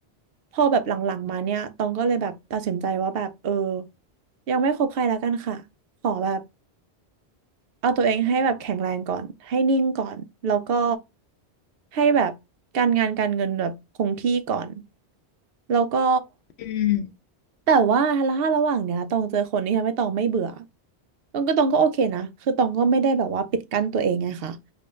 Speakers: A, on the right; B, on the left.
A: พอแบบหลังๆมาเนี่ยตองก็เลยแบบตัดสินใจว่าแบบเออยังไม่คบใครแล้วกันค่ะขอแบบ เอาตัวเองให้แบบแข็งแรงก่อนให้นิ่งก่อนแล้วก็ให้แบบการงานการเงินแบบคงที่ก่อนแล้วก็
B: อืม
A: แต่ว่าถ้าระหว่างเนี้ยตองเจอคนที่ทำให้ตองไม่เบื่อตองก็ตองก็โอเคนะคือตองก็ไม่ได้แบบว่าปิดกั้นตัวเองไงค่ะ